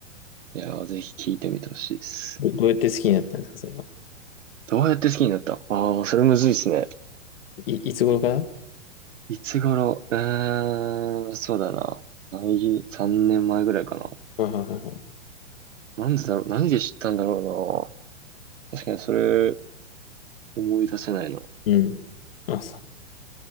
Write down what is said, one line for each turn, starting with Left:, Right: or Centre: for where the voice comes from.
Right: いやー、ぜひ聴いてみてほしいです。
Left: ど、どうやって好きになったんですか、それは。
Right: どうやって好きになったああー、それむずいですね。
Left: い、いつ頃から
Right: いつ頃うーん、そうだな。3、3年前ぐらいかな。
Left: はいはいはいは
Right: なんでだろう、何で知ったんだろうな。確かにそれ思い出せないの。
Left: い。うん。あ、そ